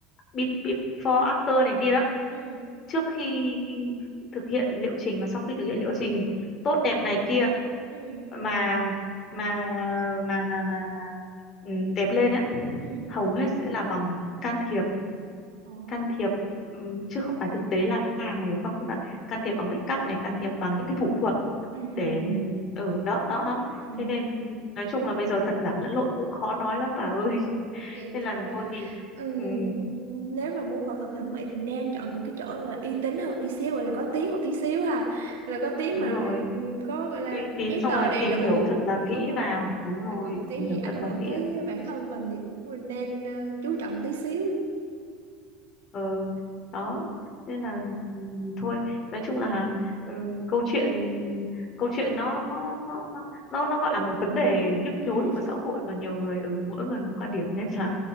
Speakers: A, on the left; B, on the right.
A: be- before after này kia đó
B: ừ
A: trước khi thực hiện liệu trình và sau khi thực hiện liệu trình tốt đẹp này kia
B: ừ
A: mà mà mà mà mà, mà ừ, đẹp lên á
B: ừ
A: hầu hết sẽ là bằng can thiệp
B: ồ
A: can thiệp ừm, chứ không phải thực tế là à, mày hiểu không tức là can thiệp bằng make up này can thiệp bằng những cái thủ thuật
B: ừ
A: để
B: ừ
A: ở ừ, đó đó đó
B: ừ
A: thế nên nói chung là bây giờ thật giả lẫn lộn cũng khó nói lắm
B: ừ
A: bà ơi <laughs>
B: thôi bởi vậy
A: nên
B: thật
A: là
B: ra là
A: thôi thì
B: ừ,
A: ừm,
B: ừ, nếu mà muốn phẫu thuật thẩm mỹ thì nên chọn những cái chỗ là uy tín hơn một tí xíu gọi là có tiếng một tí xíu ha là có tiếng
A: đúng
B: mà
A: rồi
B: ừ, có gọi là
A: uy tín
B: giấy
A: xong
B: tờ
A: rồi
B: đầy
A: tìm
B: đủ
A: hiểu thật là kỹ
B: đúng rồi
A: vào đúng rồi
B: là cũng cái
A: tìm
B: gì
A: hiểu
B: ảnh
A: thật
B: hưởng
A: là kỹ
B: tới bản thân mình thì cũng nên ờ, chú trọng tí xíu
A: ờ đó nên là ừm, thôi nói chung là ừ, câu chuyện câu chuyện nó nó nó nó nó nó nó gọi là một vấn đề nhức
B: ừ
A: nhối của xã hội mà nhiều người ở mỗi người một quan điểm nên là